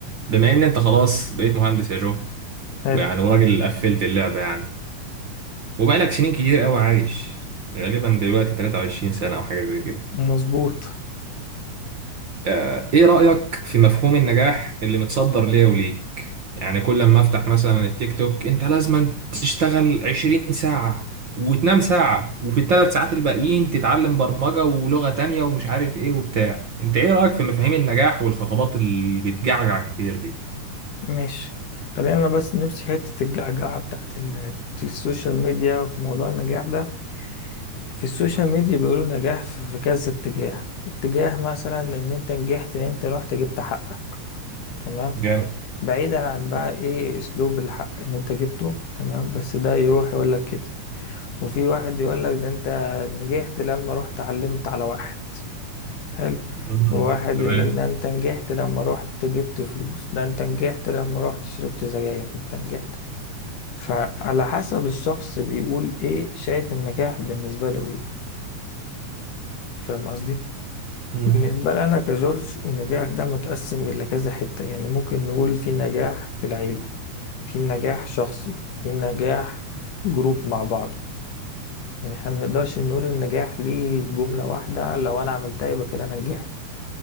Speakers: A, on the right; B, on the left.
A: بما ان انت خلاص بقيت مهندس يا جو
B: حلو
A: ويعني وراجل قفلت اللعبة يعني وبقالك سنين كتير قوي عايش غالبا دلوقتي 23 سنة او حاجة زي كده
B: مظبوط
A: آه، ايه رأيك في مفهوم النجاح اللي متصدر ليا وليك يعني كل ما افتح مثلا التيك توك انت لازم تشتغل 20 ساعة وتنام ساعة وفي الثلاث ساعات الباقيين تتعلم برمجة ولغة تانية ومش عارف ايه وبتاع انت ايه رأيك في مفاهيم النجاح والخطابات اللي بتجعجع كتير دي
B: ماشي خلينا بس نمسك حتة الجعجعة بتاعت ال- السوشيال ميديا وفي موضوع النجاح ده في السوشيال ميديا بيقولوا نجاح في في كذا اتجاه اتجاه مثلا ان انت نجحت ان انت رحت جبت حقك تمام
A: جامد
B: بعيدا عن بقى ايه اسلوب الحق ان انت جبته تمام بس ده يروح يقول لك كده وفي واحد يقول لك ده انت نجحت لما رحت علمت على واحد حلو
A: مم.
B: وواحد
A: تمام
B: يقولك ده انت نجحت لما رحت جبت فلوس ده انت نجحت لما رحت شربت سجاير انت نجحت فعلى حسب الشخص بيقول ايه شايف النجاح بالنسبة له ايه فاهم قصدي
A: مم.
B: بالنسبة لي انا كجورج النجاح ده متقسم الى كذا حتة يعني ممكن نقول في نجاح في العيلة في نجاح شخصي في نجاح جروب مع بعضه يعني احنا منقدرش نقول النجاح ليه جملة واحدة لو انا عملتها يبقى كده انا نجحت